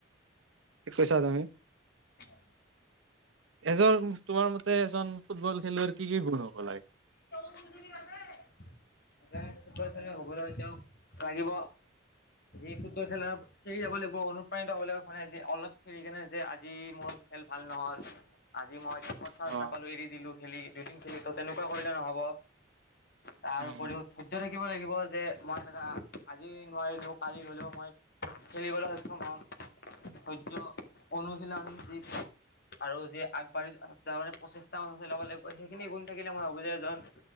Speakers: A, on the right (about 80°); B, on the left (about 55°).
A: কি কৈছা তুমি?
B: হয় <unintelligible>
A: এজন তোমাৰ মতে এজন ফুটবল খেলুৱৈৰ কি কি গুণ হব লাগে?
B: <unintelligible> এবাৰ ফুটবল খেলুঐ হ'বলৈ তেওঁক লাগিব সি ফুটবল খেলৰ খেলি যাব লাগিব, অনুপ্ৰাণিত হ'ব লাগিব, মানে অলপ খেৰি কেনে যে আজি মোৰ খেল ভাল নহল, আজি মই মই চান্স
A: অ'।
B: নাপালো এৰি দিলো খেলি, দুদিন খেলি তেনেকুৱা কৰিলে নহব। তাৰ
A: উম,
B: উপৰিও ধৈৰ্য থা থিকিব লাগিব, যে মই এনেকুৱা আজি নোৱাৰিলো কালি হলেও মই খেলিবলৈ সক্ষম হম, সহ্য অনুশীলন যি আৰু যি আগবাঢ়ি যাব মানে পচিছটা মান আছে লব লাগিব, সেইখিনি গুণ থাকিলে মই ভাবো যে এজন